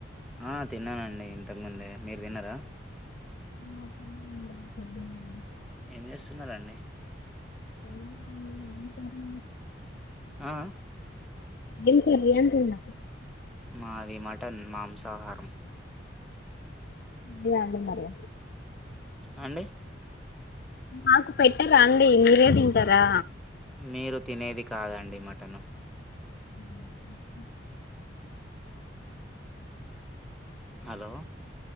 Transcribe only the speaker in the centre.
ఆ తిన్ననండి ఇంతకుముందే మీరు తిన్నరా
ఏం చేస్తున్నారండీ
ఆ ఆ
మాది మటన్ మాంసాహారం
ఆ అండి
మీరు తినేది కాదండి మట్టను
హలో